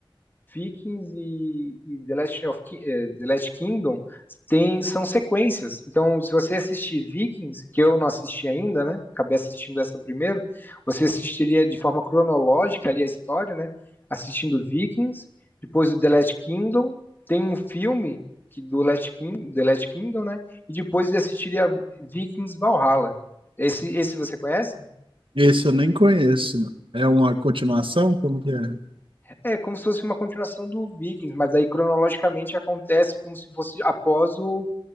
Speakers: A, on the left (about 20°); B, on the right (about 70°).
A: Vikings e, e The, Last of Ki- eh, The Last Kingdom tem, são sequências. Então, se você assistir Vikings, que eu não assisti ainda, né? Acabei assistindo essa primeiro, você assistiria de forma cronológica ali a história, né? Assistindo Vikings, depois do The Last Kingdom, tem um filme que do Last King, The Last Kingdom, né? E depois você assistiria Vikings Valhalla. Esse, esse você conhece?
B: Esse eu nem conheço. É uma continuação? Como que é?
A: É como se fosse uma continuação do Vikings, mas aí cronologicamente acontece como se fosse após o